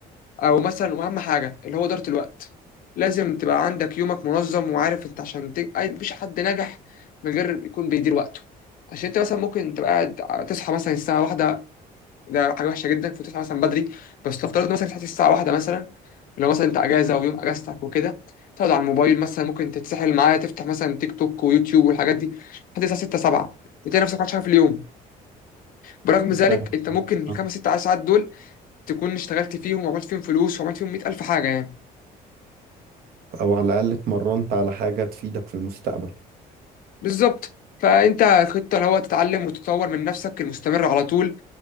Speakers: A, on the left; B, on the right.
A: او مثلا واهم حاجه اللي هو اداره الوقت لازم تبقى عندك يومك منظم وعارف انت عشان ت... أي- مفيش حد نجح من غير يكون بيدير وقته عشان انت مثلا ممكن تبقى قاعد تصحى مثلا الساعه واحدة ده حاجه وحشه جدا المفروض تصحى مثلا بدري بس لو افترضنا مثلا تصحى الساعه واحدة مثلا لو مثلا انت اجازه ويوم اجازتك وكده تقعد على الموبايل مثلا ممكن تتسحل معايا تفتح مثلا تيك توك ويوتيوب والحاجات دي لحد الساعه 6 7 وتلاقي نفسك ما عملتش حاجه في اليوم برغم ذلك
B: فاهم
A: انت ممكن الخمس
B: آه.
A: ست ساعات دول تكون اشتغلت فيهم وعملت فيهم فلوس وعملت فيهم 100 الف حاجه يعني
B: او على الاقل اتمرنت على حاجه تفيدك في المستقبل
A: بالظبط فانت الخطه اللي هو تتعلم وتطور من نفسك المستمر على طول